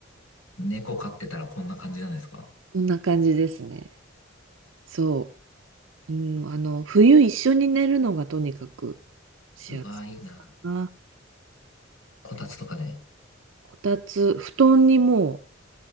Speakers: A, on the left (about 85°); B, on the right (about 75°).
A: 猫飼ってたらこんな感じなんですか
B: こんな感じですね。そう。うん、あの、冬一緒に寝るのがとにかく幸せ
A: うわ、いいな。
B: な。
A: こたつとかで
B: こたつ、布団の